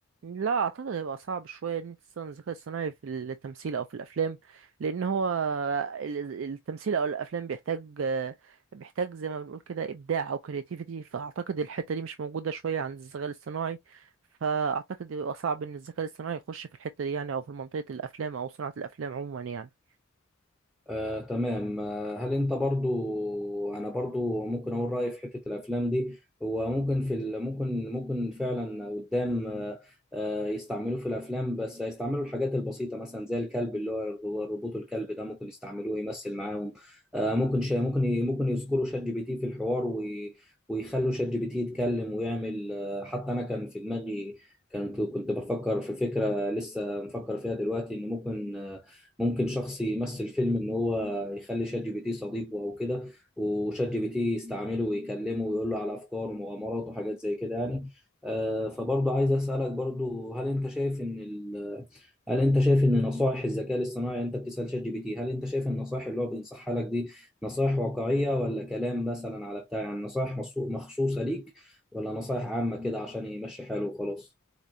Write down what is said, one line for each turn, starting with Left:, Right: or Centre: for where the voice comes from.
Right: لا اعتقد هيبقى صعب شويه ان انت تستخدم الذكاء الصناعي في التمثيل او في الافلام لان هو ال- التمثيل او الافلام بيحتاج بيحتاج زي ما بنقول كده ابداع او كرياتيفيتي فاعتقد الحته دي مش موجوده شويه عند الذكاء الاصطناعي فاعتقد بيبقى صعب ان الذكاء الاصطناعي يخش في الحته دي يعني او في منطقه الافلام او صناعه الافلام عموما يعني
Centre: آه، تمام آه، هل انت برضو انا برضو ممكن اقول رايي في حته الافلام دي هو ممكن في ال... ممكن ممكن فعلا قدام آه، آه، يستعملوه في الافلام بس هيستعملوا الحاجات البسيطه مثلا زي الكلب اللي هو الرو- الروبوت الكلب ده ممكن يستعملوه يمثل معاهم آه، ممكن شا... ممكن ي... ممكن يذكروا شات جي بي تي في الحوار وي... ويخلوا شات جي بي تي يتكلم ويعمل آه، حتى انا كان في دماغي كنت كنت بفكر في فكره لسه مفكر فيها دلوقتي ان ممكن آه، ممكن شخص يمثل فيلم ان هو يخلي شات جي بي تي صديقه او كده وشات جي بي تي يستعمله ويكلمه ويقول له على افكار ومغامرات وحاجات زي كده يعني آه، فبرضه عايز اسالك برضه هل انت شايف ان ال... هل انت شايف ان نصائح الذكاء الاصطناعي انت بتسال شات جي بي تي هل انت شايف النصائح اللي هو بينصحها لك دي نصائح واقعيه ولا كلام مثلا على بتاع يعني نصائح مخصو- مخصوصه ليك ولا نصائح عامه كده عشان يمشي حاله وخلاص